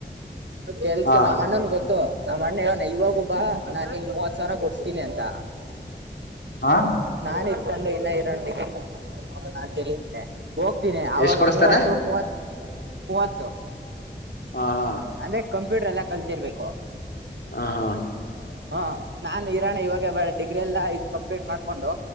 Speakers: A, on the right; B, on the left.
A: ಕೆಲ್ಸ
B: ಹ
A: ನಮ್ಮ್ ಅಣ್ಣನ್ ಗೊತ್ತು. ನಾ ಮಣ್ಣಣ ಇವಾಗಬ್ಬಾ ನಾನ್ ಹೆಂಗ್ ಮೂವತ್ ಸಾವರ ಕೊಡ್ಸ್ತೀನಿ ಅಂತ.
B: ಆ
A: ನಾನು ಇಟ್ಕೊಂಡು ಇನ್ನ ಇರ ಕಂಪ್ಟ್ ಮಾಡ್ಕೊಂಡು ನಾನು ತಿಳಿದ್ದೇನೆ. ಹೋಗ್ತೀನಿ ಆಗ
B: ಎಷ್ಟ್ ಕೊಡಸ್ತಾನೆ
A: ಮೂವತ್ತು ಮೂವತ್ತು. ಮೂವತ್ತು
B: ಹಾ ಹಾ.
A: ಅಂದ್ರೆ ಕಂಪ್ಯೂಟರ್ ಎಲ್ಲ ಕಲ್ತಿರ್ಬೇಕು
B: ಹಾ ಹಾ
A: ಹಾ ನಾನ್ ಇರೋಾಣ ಇವಾಗ ಬಾಳ ಡಿಗ್ರಿ ಎಲ್ಲಾ ಕಂಪ್ಲೀಟ್ ಮಾಡ್ಕೊಂಡು